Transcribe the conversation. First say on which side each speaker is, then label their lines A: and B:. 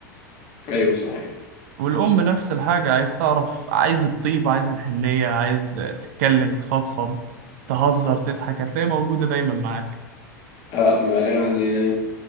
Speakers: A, on the left; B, on the right.
A: ايوه صحيح
B: والأم نفس الحاجة عايز تعرف عايز الطيبة عايز الحنية عايز تتكلم تفضفض تهزر تضحك هتلاقيها موجودة دايما معاك
A: آه ما يعني